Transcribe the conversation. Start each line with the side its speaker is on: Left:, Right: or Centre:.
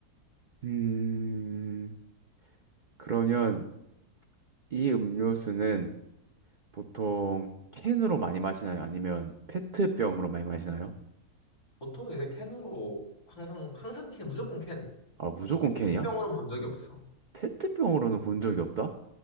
Right: 음, 그러면 이 음료수는 보통 캔으로 많이 마시나요? 아니면 페트병으로 많이 마시나요?
Left: 보통 이제 캔으로 항상 항상 캔 무조건 캔.
Right: 아, 무조건 캔이야?
Left: 캔병으로는 본 적이 없어.
Right: 페트병으로는 본 적이 없다?